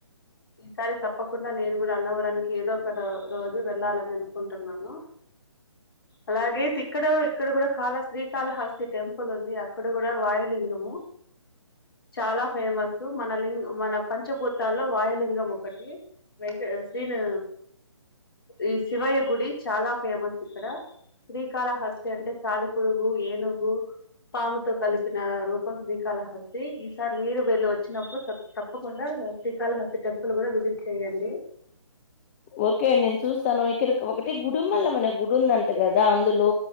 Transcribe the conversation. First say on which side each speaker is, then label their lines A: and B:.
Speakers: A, on the left; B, on the left.
A: ఈసారి తప్పకుండా నేను గుడ అన్నవరానికి ఏదో ఒక దా రోజు వెళ్ళాలని అనుకుంటన్నాను. అలాగే తిక్కడో ఇక్కడ గుడ కాలస్ శ్రీకాళహస్తి టెంపుల్ ఉంది అక్కడ గుడ వాయులింగము చాలా ఫేమస్ మన లింగ్ మన పంచభూతాల్లో వాయులింగం ఒకటి వెంకేస్ శ్రీని ఈ శివయ్య గుడి చాలా ఫేమస్ ఇక్కడ శ్రీకాళహస్తి అంటే సాలిపురుగు ఏనుగు పాముతో కలిపిన రూపం శ్రీకాళహస్తి ఈసారి మీరు వెళ్ళి ఒచ్చినప్పుడు తప్ తప్పకుండా హా శ్రీకాళహస్తి టెమ్ పుల్ గుడ విజిట్ చెయ్యండి
B: ఓకే నేన్ చూస్తాను ఇక్కడిక్ ఒకటి గుడుమల్లమనే గుడుందంట గదా అందులో